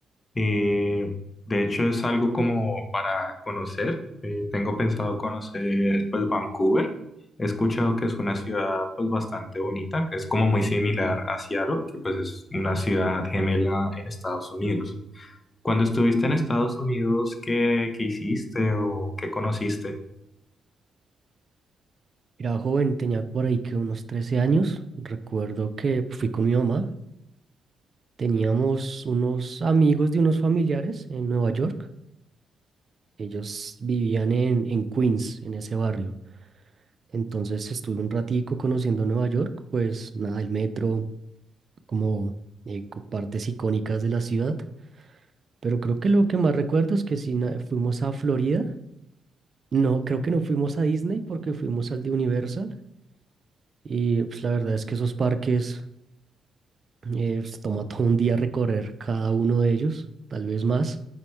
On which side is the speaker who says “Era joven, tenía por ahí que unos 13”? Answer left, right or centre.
Right